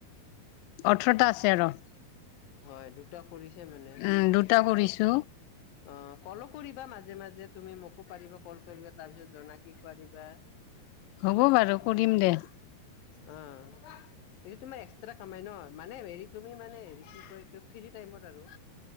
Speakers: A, on the left; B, on the left.
A: অঠৰটা আছে আৰুহ।
B: হয়, দুটা কৰিছে মানে।
A: উম দুটা কৰিছো
B: অঁ, কলও কৰিবা মাজে- মাজে তুমি মোক। কব পাৰিবা কল কৰিলে, তাৰ পিছত জনাই থাকিব দিবা।
A: হ'ব বাৰু, কৰিম দে।
B: অহ। এইটো তোমাৰ এক্সট্ৰা কামাই ন, মানে হেৰি তুমি মানে হেৰি কি কয় আৰু ফ্ৰী টাইমত আৰু।